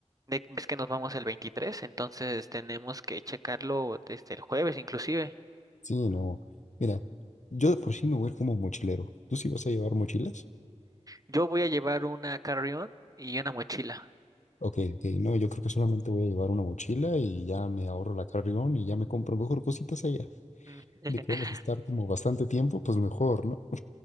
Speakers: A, on the right; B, on the left.
A: De- es que nos vamos el 23, entonces tenemos que checarlo desde el jueves inclusive.
B: Sí, no. Mira, yo de por sí me voy a ir como mochilero. ¿Tú sí vas a llevar mochilas?
A: Yo voy a llevar una carrión y una mochila.
B: Ok, ok, no, yo creo que solamente voy a llevar una mochila y ya me ahorro la carrión y ya me compro mejor cositas allá.
A: <laughs>
B: De que vamos a estar como bastante tiempo, pues mejor, ¿no?